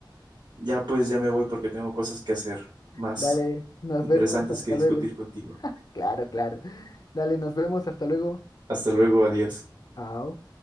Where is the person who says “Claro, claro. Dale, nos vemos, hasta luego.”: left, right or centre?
Left